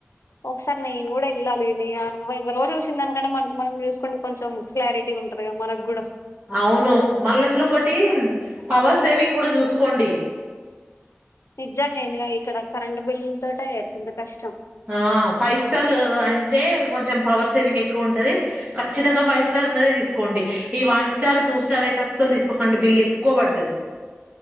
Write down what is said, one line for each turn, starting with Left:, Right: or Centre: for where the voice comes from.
Left: ఒకసారి నేను కూడా ఇళ్ళాలి ఇగా ఎవరెవరో చూసిన దానికంటే మన మనం చూసుకుంటే కొంచెం క్లారిటీ ఉంటున్ మనక్ గూడా
Right: అవును మళ్ళా అందులో ఒకటి పవర్ సేవింగ్ కూడా చూసుకోండి.
Left: నిజంగా నేనుగా ఇక్కడ కరెంట్ బిల్లులతోటే పెద్ద కష్టం.
Right: ఆ ఫైవ్ స్టార్ రాయన్ తే కొంచెం పవర్ సేవింగ్ ఎక్కువ ఉంటది, ఖచ్చితంగా ఫైవ్ స్టార్ ఉన్నదే తీసుకోండి. ఈ వన్ స్టార్ టూ స్టార్ అయితే అసలు తీసుకోకండి బిల్ ఎక్కువ పడుతది.